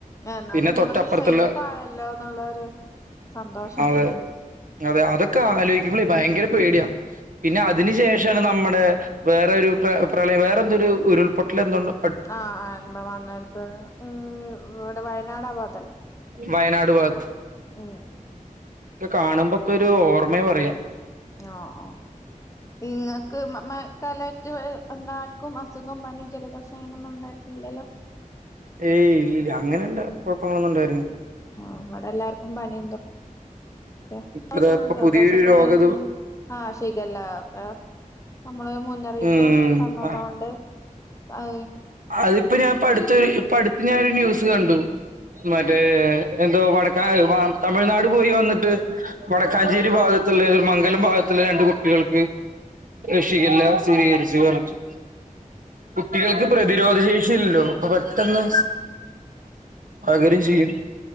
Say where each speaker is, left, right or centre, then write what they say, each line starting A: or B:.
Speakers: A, on the left; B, on the right.
A: എന്നാലും
B: പിന്നെ
A: നിങ്ങള്
B: തൊട്ടപ്രറത്തുള്ള
A: സേഫ് ആയല്ലോ എന്നുള്ളൊരു സന്തോഷം
B: അതെ
A: ഒന്നു
B: അതെ അതൊക്കെ ആലോയിക്ക്‌മ്പ്ളെ ഭയങ്കര പേടിയാ പിന്നെ
A: ആഹ്
B: അതിന് ശേഷാണ് നമ്മ ടെ വേറെ ഒരു പ്ര പ്രളയം വേറെ എന്തൊരു ഉരുൾപൊട്ടല എന്തുണ്ടോ
A: ആ ആ ഇവിടെ വന്നേടത്തുന്ന് ഈ ഇവിടെ വയനാട് ആ ഭാഗത്തല്ലേ
B: വയനാട് ഭാത്ത്
A: ഉം
B: ഇക്കെ കാണുമ്പോക്കെ ഒരു ഓർമ്മ പറയാ
A: ഞാ ഓ നിങ്ങക്ക് മ മ കലക്റ്റ് എല്ലാർക്കും അസുഗോം പനീം ജലദോഷം അങ്ങനൊന്നും ഉണ്ടായിരുന്നില്ലല്ലോ
B: ഏയ് ഇല്ലില്ല അങ്ങനെയ്ള്ള കുഴ പ്പങ്ങളൊന്നും ഉണ്ടായിരുന്നി
A: ആ ഇവിടെ എല്ലാർക്കും പനിണ്ട് ക്ക
B: ഇപ്പതാ
A: ദോശമാവില്
B: ഇപ്പൊ പുതിയൊരു
A: ദോശപ്പന
B: രോഗത്
A: ആയ്ട്ടിങ്ങനെ ആ ശീഖല്ല ക്കെ നമ്മള് മുന്നറിയിപ്പ്
B: ഉം
A: തന്നതോണ്ട് കൈ
B: അതിപ്പ ഞാപ്പ അടുത്തൂറി ഇപ്പ അടുത്ത് ഞാനൊരു ന്യൂസ് കണ്ടു മറ്റേ എന്തോ വടക്കക്കെഴി വമ്പ് തമിഴ്നാട് പോയി വന്നിട്ട് വടക്കാഞ്ചേരി ഭാഗത്തുള്ള ഒരു മംഗലം ഭാഗത്തുള്ള രണ്ട് കുട്ടികൾക്ക് ഷിഗല്ല സ്ഥിരീകരിച്ചു പറ്ഞ്ഞിട്ട് കുട്ടികൾക്ക് പ്രതിരോധ ശേഷിയില്ലല്ലോ അപ്പൊ പെട്ടെന്ന് അഗരി ജിയും